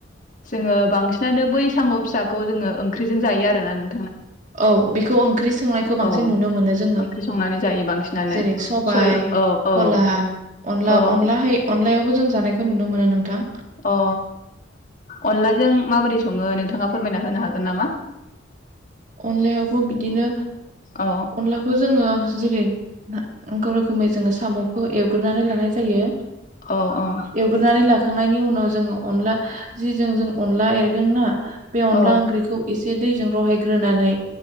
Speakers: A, on the left; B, on the right.
A: जोङो बांसिनानो बै साम' फिसाखौ जोङो ओंख्रिजों जायो आरोना नों
B: औ बेखौ ओंख्रि सोंनायखौ बांसिन
A: औ
B: नुनो मोनो जोङो
A: ओंख्रि संनानै जायो
B: <inaudible>
A: बांसिनानो
B: जेरै सबाय
A: सय औ औ
B: खरला अनला
A: औ
B: अनला है अन लायावबो जों जानायखौ नुनो मोनो नोंथां
A: ओ अनलाजों माबोरै सङो नोंथाङा फोरमायना होनो हागोन नामा?
B: अनलायावबो बिदिनो
A: औ
B: अनलाखौ जोङो जेरै गाव रोखोमै जोङो साम'खौ एवग्रोनानै लानाय जायो
A: औ औ
B: एवग्रोनानै लाखांनायनि उना औ जोङो अनला जिजों जों अनला एरगोन ना बे अनला
A: औ
B: ओंख्रिखौ एसे बे दैजों रहाय ग्रोनानै